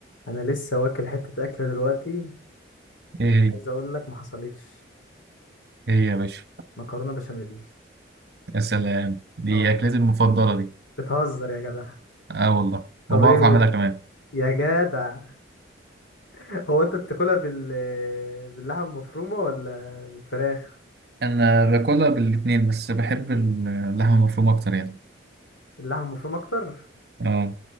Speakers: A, on the left (about 85°); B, on the right (about 55°).
A: انا لسه واكل حته اكله دلوقتي
B: ايه
A: عايز
B: هي
A: اقول لك ما حصلتش
B: ايه يا باشا
A: مكرونه بشاميل
B: يا سلام دي
A: اه
B: اكلتي المفضله دي
A: بتهزر يا جدع
B: اه والله
A: طب
B: وبعرف
A: ايه
B: اعملها
A: بت-
B: كمان
A: يا جدع <laughs> هو انت بتاكلها بال باللحمه المفرومه ولا بالفراخ
B: انا باكلها بالاتنين بس بحب اللحمه المفرومه اكتر يعني
A: اللحمه المفرومه اكتر
B: اه